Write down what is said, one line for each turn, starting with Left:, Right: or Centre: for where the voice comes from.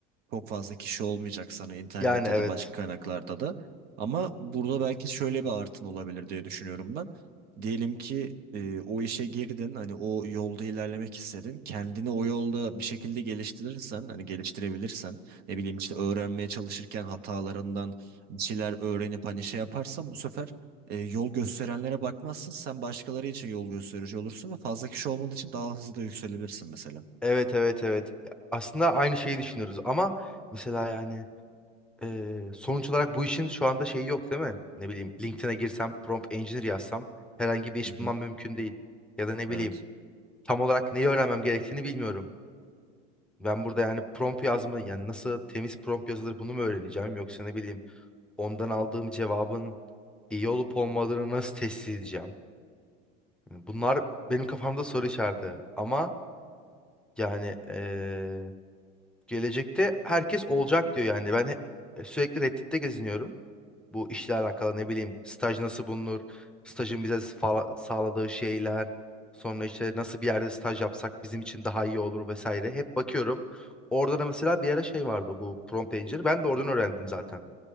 Right: Çok fazla kişi olmayacak sana internette
Centre: Yani evet.
Right: de başka kaynaklarda da. Ama burada belki şöyle bir artın olabilir diye düşünüyorum ben. Diyelim ki e, o işe girdin hani o yolda ilerlemek istedin. Kendini o yolda bir şekilde geliştirirsen hani geliştirebilirsen ne bileyim işte öğrenmeye çalışırken hatalarından bir şeyler öğrenip hani şey yaparsan bu sefer e, yol gösterenlere bakmazsın. Sen başkaları için yol gösterici olursun ve fazla kişi olmadığı için daha hızlı da yükselirsin mesela.
Centre: Evet evet evet. Ya Aslında aynı şeyi düşünüyoruz ama mesela yani eee, sonuç olarak bu işin şu anda şeyi yok değil mi? Ne bileyim LinkedIn'e girsem prompt engineer yazsam herhangi bir iş
Right: Hı hı.
Centre: bulmam mümkün değil. Ya da ne
Right: Evet.
Centre: bileyim tam olarak neyi öğrenmem gerektiğini bilmiyorum. Ben burada yani prompt yazma yani nasıl temiz prompt yazılır bunu mu öğreneceğim yoksa ne bileyim ondan aldığım cevabın iyi olup olmadığını nasıl test edeceğim? Yani Bunlar benim kafamda soru işareti ama yani eee, gelecekte herkes olacak diyor yani ben hep sürekli Reddit'te geziniyorum. Bu işle alakalı ne bileyim staj nasıl bulunur? Stajın bize fa- sağladığı şeyler. Sonra işte nasıl bir yerde staj yapsak bizim için daha iyi olur vesaire. Hep bakıyorum. Orada da mesela bir ara şey vardı bu prompt engineer. Ben de oradan öğrendim zaten